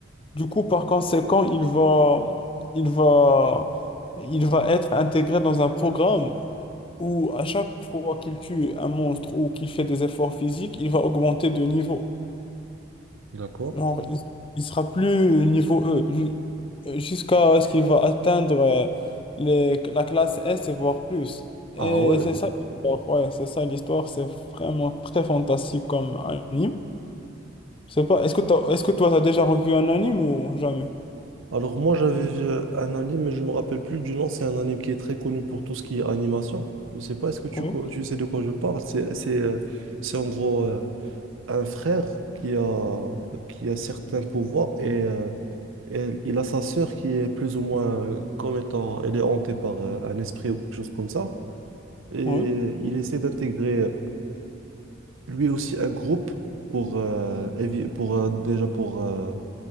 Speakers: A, on the left; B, on the right.
A: Du coup, par conséquent, il va, il va, il va être intégré dans un programme où à chaque fois qu'il tue un monstre ou qu'il fait des efforts physiques, il va augmenter de niveau.
B: D'accord.
A: Genre, il, il sera plus niveau E ju- jusqu'à ce qu'il va atteindre euh, les- la classe S et voire plus. Et
B: Ah ouais.
A: c'est ça l'histoire. Ouais, c'est ça l'histoire. C'est vraiment très fantastique comme anime. Je sais pas, est-ce que t'as- est-ce que toi, tu as déjà revu un anime ou jamais?
B: Alors moi, j'avais vu euh, un anime, mais je me rappelle plus du nom. C'est un anime qui est très connu pour tout ce qui est animation. Je sais pas, est-ce que tu,
A: Oui,
B: co- tu sais de quoi je parle? C'est, c'est, euh, c'est en gros euh, un frère qui a, qui a certains pouvoirs et, euh, et il a sa sœur qui est plus ou moins euh, comme étant, elle est hantée par euh, un esprit ou quelque chose comme ça. et
A: oui,
B: il essaie d'intégrer euh, lui aussi un groupe pour, euh, évi- pour euh, déjà pour euh,